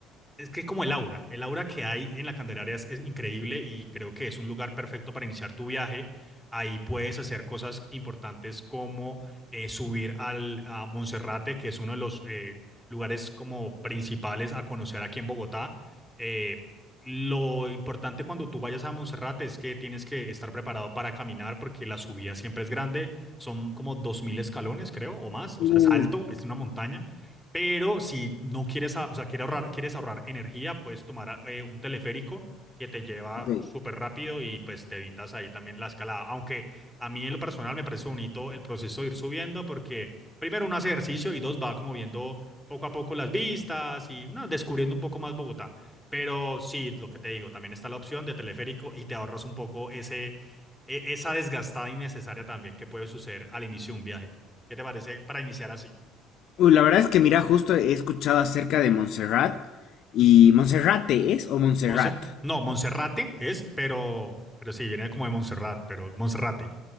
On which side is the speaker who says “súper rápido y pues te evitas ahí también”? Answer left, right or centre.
Centre